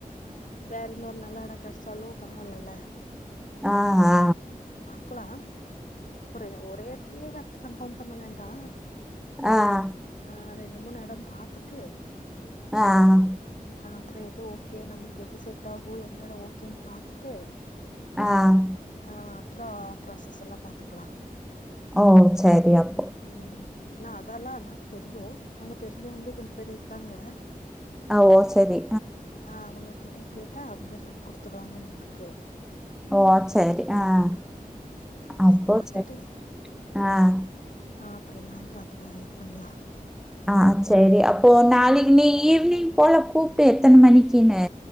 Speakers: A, on the left; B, in the centre.
A: வேர் இன்னோரு நல் எட கெடச்சாலு பரவாலல்ல
B: ஆஹா
A: க்லா ஒரு ஒரே எடத்தையே வர் கன்ஃபார்ம் பண்ண வேண்டா
B: ஆஹ்
A: ஆ ரெண்டு மூணு எடம் பாத்துட்டு
B: ஆஹ்
A: அப்றொ எது ஓக்கே நம்ளுக்கு எது செட் ஆகு எந்த எடொ ஓகேன் பாத்துட்டு
B: ஆஹ்
A: ஆஹ் அப்றோ ப்ராசஸ்ஸெல்லா பாத்துக்லா
B: ஓ செரி அப்
A: உம் நா அதெல்லா அனக் தெரியு அங்க தெரிஞ்சவங்ளு கொஞ்ச பேரு இருக்காங்க.
B: அ ஒ செரி
A: ஆஹ் அவுங்க கிட்டை கேட்டா அவ்ங்ளே பண்ணி குடுத்துருவாங்க நம்ளுக்கு
B: ஓ சேரி ஆஹ்
A: ஃபர்ஸ்ட்
B: அப்போ
A: பாத்துட்டு
B: சேரி ஆஹ்
A: ஆஹ் அப்றோ என்னான் பாத்து ப இது பண்லா
B: ஆஹ் சேரி. அப்போ நாளைக்கு நீ ஈவ்னிங் போல கூப்டு எத்தன மணிக்கினு